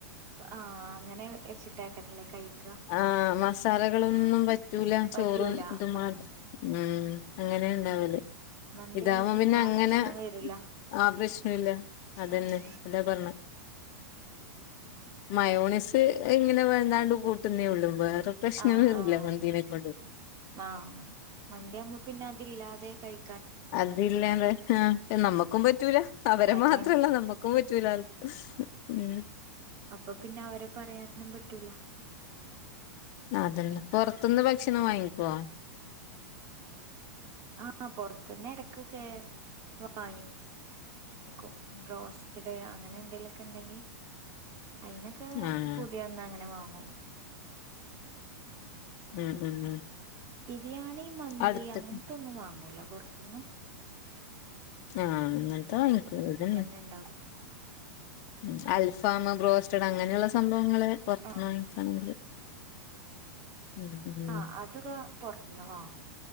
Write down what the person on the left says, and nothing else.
ആഹ് മസാലകളൊന്നും പറ്റൂല
ചോറും ഇതും മാത്ര
ഉം. അങ്ങനെ ഉണ്ടാവല്.
ഇതാവുമ്പോ
അങ്ങനെ
ആ പ്രശ്നമില്ല, അതന്നെ
അതാ പറഞ്ഞെ മയോണിസ് ഇങ്ങനെ വേണ്ടാണ്ട് കൂട്ടുന്നേ ഉള്ളു. വേറെ പ്രശ്നമേ
ഇല്ല മന്തീനെ കൊണ്ട്
അതില്ലാതെ, ആ നമ്മക്കും പറ്റൂല അവരെ
മാത്രല്ല നമ്മക്ക്. ക്കും പറ്റൂലാൽ ഉം
അതെന്നെ, പുറത്തുന്ന് ഭക്ഷണം വാങ്ങിക്കുവോ
ആഹ്
ഉം ഉം ഉം
അടുത്ത്ക്ക്
ആഹ് അങ്ങനത്തെ വാങ്ങിക്ക് ഇത്
ഉ അൽഫാം, ബ്രോസ്റ്റഡ് അങ്ങനെയുള്ള സംഭവങ്ങള് പുറത്തുന്ന്
വാങ്ങിക്കാണെങ്കില് ഉം ഉം